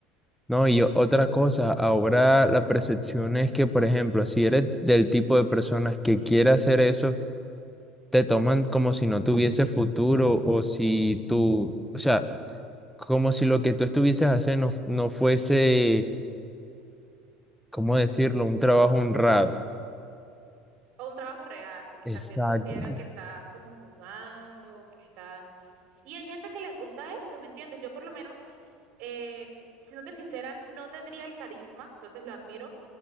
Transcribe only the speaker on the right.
o un trabajo real, porque
también consideran que estás como jugando, que estás... Y hay gente que les gusta eso, ¿me entiendes? Yo por lo menos, eh, siéndote sincera, no tendría el carisma, entonces lo admiro